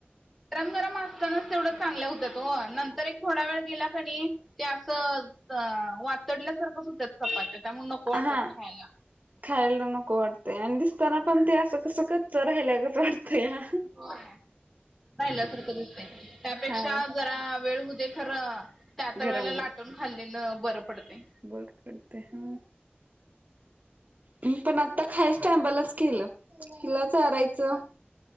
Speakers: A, in the centre; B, on the right (about 45°).
A: गरम गरम असतानाच तेवढ चांगल्या हुत्यात ओ. नंतर एक थोडा वेळ गेला की नई ते असं त वातडल्यासारखंच हुत्यात चपात्या. त्यामुळ नको वाटतात
B: अ हा
A: खायला.
B: खायला नको वाटतय. आणि दिसताना पण ते अस कस कच्च राहायलागत वाटतया.
A: होय पहिल्यासारखं दिसतयं त्यापेक्षा
B: हा
A: जरा वेळ होऊ दे खर. त्या त्या
B: गरम
A: वेळेला लाटून
B: गरम
A: खाल्लेल बर पडतय.
B: बर पडतय हा मी पण आता खायच्या टायमालाच केल. तिला चारायच